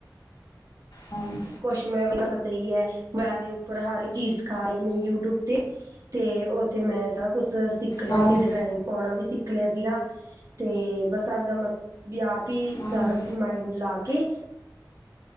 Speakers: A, on the left (about 55°); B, on the right (about 45°).
A: ਹਾਂਜੀ
B: ਕੁਛ ਮੈ <unintelligible> ਪਤਾ ਈ ਐ ਮੋਬਾਇਲ ਦੇ ਉੱਪਰ ਹਰ ਚੀਜ਼ ਸਿਖਾ ਰੇ ਨੇ ਯੂਟਿਊਬ ਤੇ। ਤੇ ਓਥੇ ਮੈਂ ਸਬ ਕੁਛ ਸਿੱਖ ਸਿੱਖ ਲਿਆ
A: ਹਾਂਜੀ
B: ਸੀ, ਡਿਜ਼ਾਇਨ ਪਾਉਣਾ ਵੀ ਸਿੱਖ ਲਿਆ ਸੀਗਾ ਤੇ ਬਸ ਆਪਦਾ ਮ ਬੀ ਆਪ ਈ
A: ਹਾਂਜੀ
B: ਸਾਰਾ ਮਾਈਂਡ ਲਾ ਕੇ